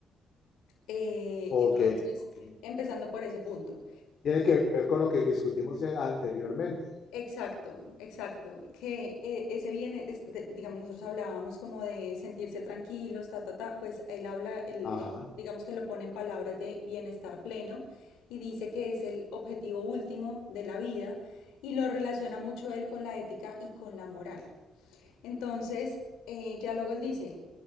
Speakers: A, on the left; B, on the left.
A: Eh,
B: ok,
A: entonces,
B: ok.
A: empezando por ese punto.
B: Tiene que ver con lo que discutimos eh, anteriormente.
A: Exacto, exacto. Que eh, ese bien, es de- digamos, nosotros hablábamos como de sentirse tranquilos, ta, ta, ta, pues él habla, él-
B: Ajá.
A: él, digamos que lo pone en palabras de bienestar pleno y dice que es el objetivo último de la vida y lo relaciona mucho él con la ética y con la moral. Entonces, eh, ya luego él dice,